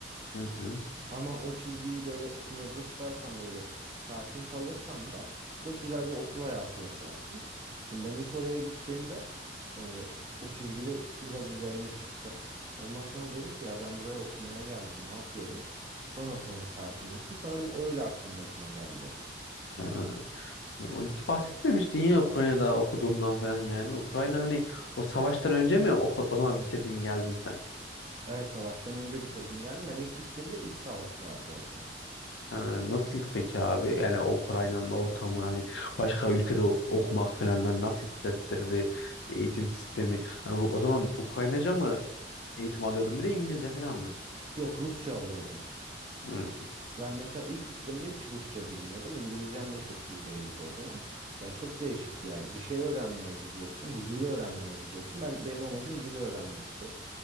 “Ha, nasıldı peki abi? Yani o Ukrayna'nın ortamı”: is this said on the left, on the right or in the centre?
Left